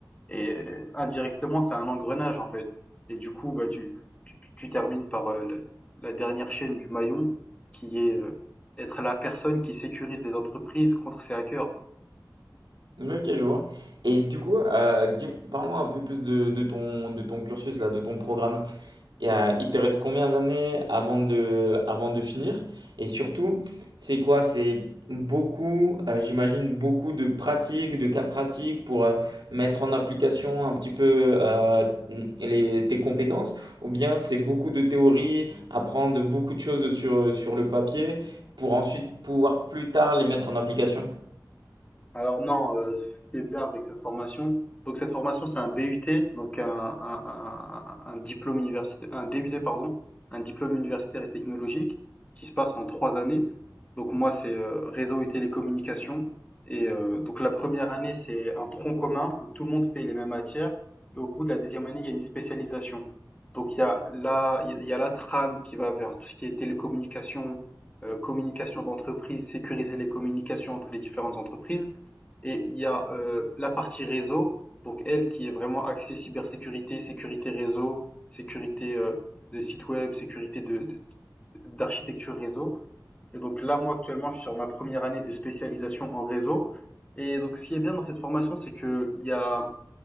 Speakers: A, on the left; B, on the right.
A: Et euh, indirectement, c'est un engrenage en fait. Et du coup, bah, tu, tu, tu- tu termines par euh, la, la dernière chaîne du maillon qui est euh, être la personne qui sécurise les entreprises contre ces hackers.
B: Ok, je vois. Et du coup, euh, dis- parlons un peu plus de, de ton, de ton cursus, là, de ton programme. Et, euh, il te reste combien d'années avant de, avant de finir? Et surtout, c'est quoi? C'est beaucoup, euh, j'imagine, beaucoup de pratiques, de cas pratiques pour euh, mettre en application un petit peu euh, les, tes compétences, ou bien c'est beaucoup de théorie, apprendre beaucoup de choses sur, sur le papier pour ensuite pouvoir plus tard les mettre en application?
A: Alors non, heu, ce qui est bien avec cette formation, donc cette formation, c'est un BUT, donc un un un un diplôme universitaire, un DUT pardon, un diplôme universitaire et technologique qui se passe en 3 années. Donc moi, c'est, heu, réseau et télécommunications et heu, donc la première année, c'est un tronc commun où tout le monde fait les mêmes matières et au bout de la deuxième année, il y a une spécialisation. Donc il y a la il y a la trame qui va vers tout ce qui est télécommunications, heu, communication d'entreprise, sécuriser les communications entre les différentes entreprises et il y a euh, la partie réseau, donc elle qui est vraiment axée cybersécurité, sécurité réseau, sécurité euh, de site web, sécurité de, de- d'architecture réseau. Et donc là, moi actuellement, je suis sur ma première année de spécialisation en réseau. Et donc ce qui est bien dans cette formation, c'est que il y a